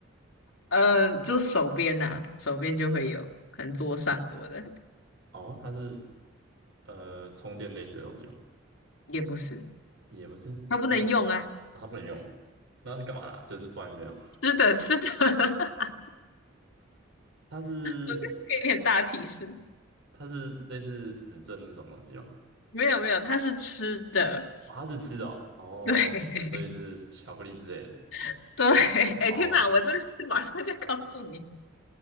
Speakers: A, on the left; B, on the right.
A: 呃，就手边呐、手边就会有，可能桌上什么的，
B: 哦，它是呃充电类似的东西吗？
A: 也不是，
B: 也不是，
A: 它不能用啊。
B: 它它不能用，那是干嘛的啊就是放在那边哦。
A: 吃的，吃的，<laughs>
B: 它是
A: 我再给你点大提示，
B: 它是类似指针那种东西吗？
A: 没有没有，它是吃的，
B: 哦，它是吃的哦，哦，
A: 对
B: 所以是巧克力之类的。
A: <laughs> 对，哎天哪，
B: 哦，
A: 我真是马上就告诉你，